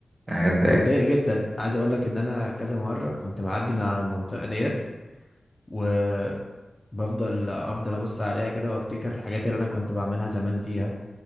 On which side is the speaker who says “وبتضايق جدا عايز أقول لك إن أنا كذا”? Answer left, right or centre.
Left